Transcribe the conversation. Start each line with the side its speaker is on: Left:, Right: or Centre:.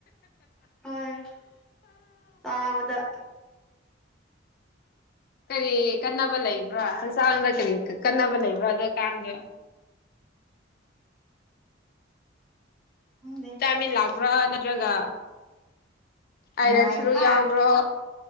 Centre: ꯍꯣꯏ ꯆꯥꯕꯗ
Left: ꯀꯔꯤ ꯀꯟꯅꯕ ꯂꯩꯕ꯭ꯔꯥ ꯍꯛꯆꯥꯡꯗ ꯀꯔꯤ ꯀꯟꯅꯕ ꯂꯩꯕ꯭ꯔꯥ ꯑꯗꯨꯀꯥꯟꯗꯣ
Centre: ꯍꯪꯗꯦ
Left: ꯆꯥꯃꯤꯟ ꯂꯥꯛꯄ꯭ꯔꯥ ꯅꯠꯇ꯭ꯔꯒ ꯑꯥꯏꯔꯟ
Centre: ꯅꯥꯏ
Left: ꯁꯨꯔꯨꯛ
Centre: ꯍꯥ
Left: ꯌꯥꯎꯕ꯭ꯔꯣ